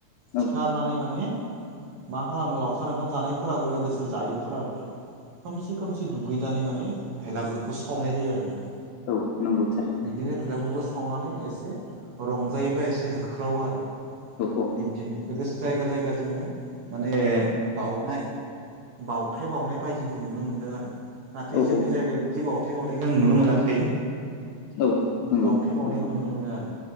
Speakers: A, on the right; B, on the left.
A: सिखारनानै
B: औ
A: माने मा खालामो लावखार ओंखाम जानायफोराबो लोगोसे जायैफोराबो थां खोमसि खोमसि दुगैनानै माने भेलागुरखौ सावनाय जायो आरो नोंथां
B: औ नंगौ थारैनो
A: बिदिनो फिलागुरफोरखौ सावनानै एसे रंजायोबा एसे होख्रावो आरो
B: औ
A: बिब्दिनो लोगोसे जायगा जायगा जोङो माने बउनाय बावथाय बावनाय बायदिबो नुनो मोनदों आरो नाथाय
B: औ
A: जोंनि
B: औ
A: जायगायाव बिदि बावथाय बावनायखौ नुनो मोनाखै बिदि
B: औ नंगौ
A: बावथे बावनायबो
B: नोंथां
A: नुनो मोनो आरो